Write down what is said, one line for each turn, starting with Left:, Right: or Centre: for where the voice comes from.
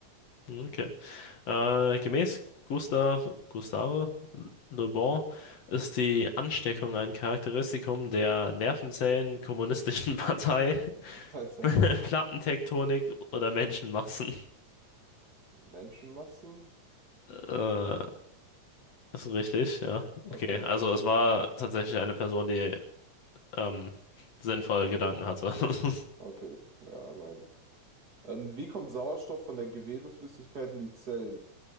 Left: Okay. Äh, gemäß Gustav, Gustave Le Bon ist die Ansteckung ein Charakteristikum der Nervenzellen, kommunistischen <laughs> Partei,
Right: <laughs> Alter,
Left: Plattentektonik oder Menschenmassen.
Right: Menschenmassen?
Left: Äh, ist richtig, ja. Okay,
Right: Okay,
Left: also es war tatsächlich eine Person, die ähm, sinnvolle Gedanken hatte. <laughs>
Right: okay. Ja, mein. Ähm, wie kommt Sauerstoff von der Gewebeflüssigkeit in die Zellen?